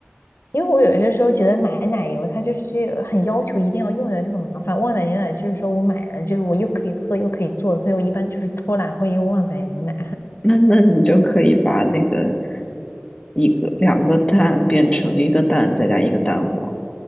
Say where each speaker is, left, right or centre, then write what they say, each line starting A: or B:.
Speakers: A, on the left; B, on the left.
A: 因为我有些时候觉得买奶油它就是去很要求一定要用的就很麻烦，旺仔牛奶就是说我买了就是我又可以喝又可以做，所以我一般就是偷懒会用旺仔牛奶。
B: 那那你就可以把那个一个两个蛋变成一个蛋，再加一个蛋黄。